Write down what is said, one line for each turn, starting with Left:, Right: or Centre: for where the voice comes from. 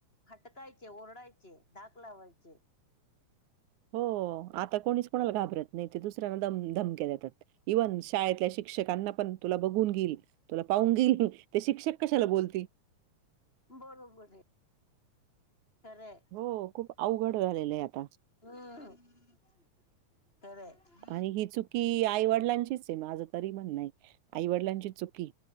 Left: हटकायचे, ओरडायचे, धाक लावायचे.
Right: हो आता कोणीच कोणाला घाबरत नाही. ते दुसऱ्यांना दम धमक्या देतात. इव्हन शाळेतल्या शिक्षकांना पण, तुला बघून घेईल. तुला पाहून घेईन. ते शिक्षक कशाला बोलतील.
Left: बरोबर आहे. खरंय
Right: हो, खूप अवघड झालेल आहे आता.
Left: <unintelligible>
Right: आणि ही चुकी आईवडिलांचीच आहे. माझ तरी म्हणण आहे. आईवडिलांची चुकी आहे.